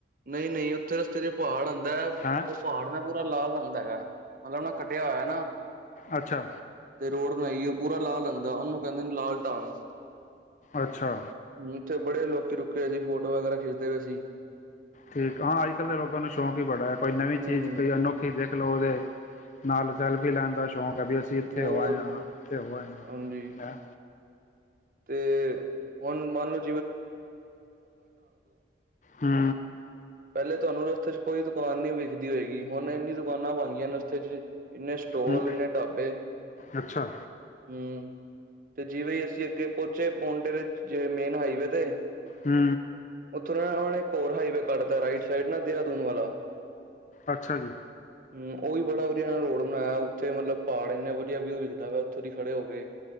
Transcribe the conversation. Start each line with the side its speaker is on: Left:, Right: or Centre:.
Right: ਨਈ ਨਈ, ਉੱਥੇ ਰਸਤੇ ਤੇ ਪਾੜ ਆਂ ਦੈ ਓ
Left: ਹੈਂ
Right: ਪਾੜ ਨਾ ਪੂਰਾ ਲਾਲ ਰੰ ਹੁੰਦਾ ਗਾ, ਮਤਲਬ ਉਹਨਾਂ ਖੱਟਿਆ ਹੋਇਆ ਨਾ
Left: ਅੱਛਾ।
Right: ਤੇ ਰੋਡ ਬਣਾਈ ਆ ਪੂਰਾ ਲਾਲ ਰੰਗ ਦਾ, ਉਹਨੂੰ ਕਹਿੰਦੇ ਨੇ ਲਾਲ ਢਾਂਗ।
Left: ਅੱਛਾ।
Right: ਉੱਥੇ ਬੜੇ ਲੋਕੀ ਰੁਕੇ ਵਏ ਸੀ, ਫੋਟੋ ਵਗੈਰਾ ਖਿੱਚਦੇ ਵੇ ਸੀ।
Left: ਠੀਕ, ਹਾਂ ਅੱਜ ਕੱਲ੍ਹ ਦੇ ਲੋਕਾਂ ਨੂੰ ਸ਼ੌਂਕ ਈ ਬੜਾ ਐ, ਕੋਈ ਨਵੀਂ
Right: ਹੂੰ
Left: ਚੀਜ਼
Right: ਹੂੰ
Left: ਕੋਈ ਅਨੋਖੀ ਦੇਖ ਲਓ, ਉਹਦੇ ਨਾਲ ਸੈਲਫੀ ਲੈਣ ਦਾ ਸ਼ੌਕ ਕਭੀ ਅਸੀਂ ਇੱਥੇ
Right: ਹੋਰ
Left: ਹੋ ਆਏ ਆਂ ਇੱਥੇ ਹੋ ਆਏ
Right: ਹਾਂਜੀ
Left: ਆਂ।
Right: ਤੇ ਹੁਣ ਮੰਨ ਲਓ
Left: ਹੂੰ।
Right: ਪਹਿਲੇ ਤੁਹਾਨੂੰ ਰਸਤੇ ਚ ਕੋਈ ਦੁਕਾਨ ਨੀ ਵੇਖਦੀ ਹੋਏਗੀ। ਹੁਣ ਇੰਨੀ ਦੁਕਾਨਾਂ ਬਣ ਗਈਆਂ ਰਸਤੇ ਚ, ਇੰਨੇ ਸਟੋਲ
Left: ਹੂੰ
Right: ਇੰਨੇ ਢਾਬੇ
Left: ਅੱਛਾ
Right: ਹੂੰ ਤੇ ਜਿਵੇ ਅਸੀਂ ਅੱਗੇ ਪਹੁੰਚੇ ਪੋਨਟੇ ਮੇਨ ਹਾਈਵੇ ਤੇ।
Left: ਹੂੰ
Right: ਤੇ ਉਹਨਾਂ ਨੇ ਈਕ ਹੋਰ ਹਾਈਵੇ ਕੱਢਤਾ। ਰਾਈਟ ਸਈਡ ਨਾ ਦੇਹਰਾਦੂਨ ਵਾਲਾ।
Left: ਅੱਛਾ ਜੀ।
Right: ਹੂੰ ਉਹ ਵੀ ਬੜਾ ਵਧੀਆ ਰੋਡ ਬਣਾਤਾ। ਉੱਥੇ ਮਤਲਬ ਪਹਾੜ ਇੰਨੇ ਵਧੀਆ ਵਿਊ ਵਿਖਦਾ ਵਾ ਉੱਥੋਂ ਦੀ ਖੜੇ ਹੋ ਕੇ।